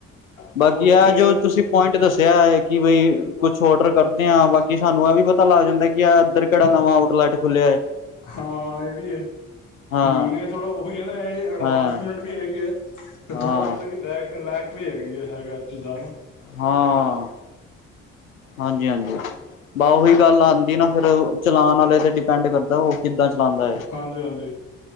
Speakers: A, on the left; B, on the left.
A: ਬਾਕੀ
B: ਉੱਥੇ
A: ਆ ਜੋ ਤੁਸੀਂ ਪੁਆਇੰਟ ਦੱਸਿਆ ਹੈ ਕਿ ਕੁਛ ਔਡਰ ਕਰਦੇ ਹਾਂ ਬਾਕੀ ਸਾਨੂੰ ਇਹ ਵੀ ਪਤਾ ਲੱਗ ਜਾਂਦਾ। ਦਰਰ ਕੜ ਨਵ ਆਡ ਲਟ ਖੁੱਲਿਆ ਏ।
B: ਹਾਂ ਇਹ ਵੀ ਹੈ
A: ਹਾਂ
B: ਹ ਇਹ ਥੋੜਾ ਉਹੀ ਹੈ ਨਾ ਇਹ ਅਡਵਾਂਸਮੈਂਟ
A: ਹਾਂ
B: ਵੀ ਹੈਗੀ ਹੈ। ਤੇ
A: ਹਾਂ
B: ਥੋੜਾ ਮਤਲਬ ਕਿ ਲੈਕ ਲੈਕ ਵੀ ਹੈਗੀ ਆ ਹੈਗਾ ਜਾਣਾ
A: ਹਾਂ ਹਾਂਜੀ ਹਾਂਜੀ ਬੱਸ ਉਹੀ ਗੱਲ ਆਉਂਦੀ ਨਾ ਫਿਰ ਚਲਾਨ ਵਾਲੇ ਤੇ ਡਿਪੈਂਡ ਕਰਦਾ ਉਹ ਕਿੱਦਾਂ ਚਲਾਉਂਦਾ ਹੈ
B: ਹਾਂਜੀ ਹਾਂਜੀ